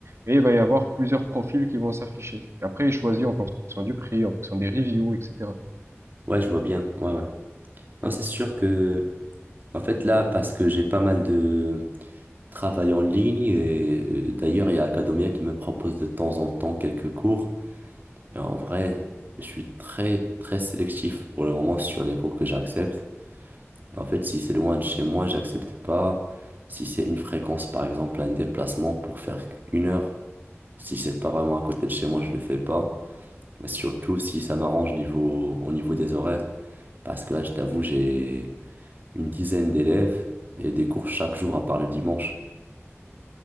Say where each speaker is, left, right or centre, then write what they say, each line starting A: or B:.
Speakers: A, on the right; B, on the right.
A: et il va y avoir plusieurs profils qui vont s'afficher. Et Après, il choisit en fonction du prix, en fonction des reviews, etc.
B: Ouais, je vois bien. Ouais, ouais. Non, c'est sûr que, en fait, là, parce que j'ai pas mal de travail en ligne et euh, d'ailleurs, il y a Academia qui me propose de temps en temps quelques cours. Et en vrai, je suis très, très sélectif pour le moment sur les cours que j'accepte. En fait, si c'est loin de chez moi, j'accepte pas. Si c'est une fréquence, par exemple, un déplacement pour faire une heure, si c'est pas vraiment à côté de chez moi, je le fais pas. Mais surtout si ça m'arrange niveau, au niveau des horaires. Parce que là, je t'avoue, j'ai une dizaine d'élèves et des cours chaque jour à part le dimanche.